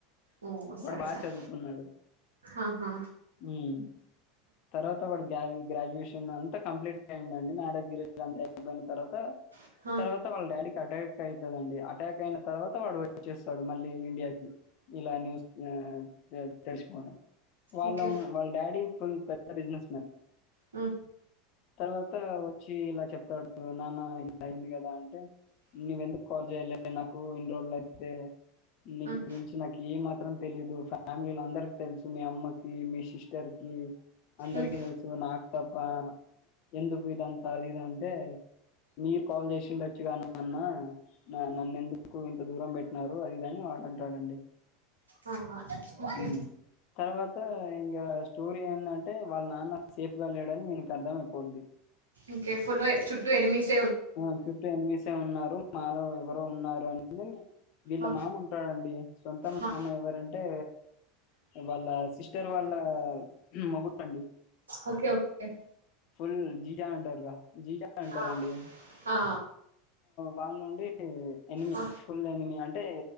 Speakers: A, on the right; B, on the left.
A: ఓ సరే
B: వాడు బాగా
A: సరే
B: చదువుకున్నాడు
A: ఆహా
B: మ్ తర్వాత వాడు గ గ్రాడ్యుయేషన్ నిన్న అంతా కంప్లీట్ అయిందాండి మ్యారేజ్ గిరేజ్ అంత అయిపోయిన తర్వాత
A: ఆహా
B: తర్వాత వాళ్ళ డాడీ కట్ట ట్ అయితదండి అటాక్ అయిన తర్వాత వాడు వచ్చేస్ డు మళ్ళీ ఇండియాకి ఇలా న్యూస్ ఆ న్ తెలిసిిపోనా వాళ్ళ
A: ఓకే
B: వాళ్ళ డాడీ ఫుల్ పెద్ద బిజినెస్ మన్
A: మ్
B: తర్వాత వచ్చి ఇలా చెప్తాడు నాన్న ఇలా అయింది కదా అంటే నవ్వెందుకు కాల్ చేయలే నాకు ఇన్ని రోజులు అయితే నీ
A: ఉమ్
B: గురించి నాకు ఏ మాత్రం తెలీదు ఫ్యామిలీలు అందరికి తెలుసు మీ అమ్మకి మీ సిస్టర్ కీ అందరికి
A: ఉమ్
B: తెల్సు నాక్ పప్ప ఎందుకు ఇదంతా అది ఇది అంటే మీరు కాల్ చేసిండొచ్చుగా అన్న నన్ను ఎందుకు ఇంత దూరం పెట్టినర్ అదిగాని వాడుంటాడండి
A: ఆ ఓకే
B: హు తర్వాత్ కా ఇంగ స్టోరీ ఏందంటే వాళ్ళ నాన్న సేఫ్ గా లేడని వీళ్లకు అర్థమైపోద్ది
A: ఓకే ఫుల్ చుట్టూ ఎనిమిస్
B: ఆ చుట్టూ ఎనిమిసే ఉన్నారు మాలో ఎవరో ఉన్నారు అని వీళ్ళ
A: ఆ
B: మామ ఉంటాడండి సొంత మామ
A: ఆ
B: ఎవరంటే వాళ్ళ సిస్టర్ వాళ్ళ మొగుడు అండి
A: ఓకే ఓకే
B: ఫుల్ జీజా ఉంటారుగా జీజా అంటారండి
A: ఆ ఆ
B: వాళ్ళ నుండి ఎనిమి
A: ఆ
B: ఫుల్ ఎనిమి అంటే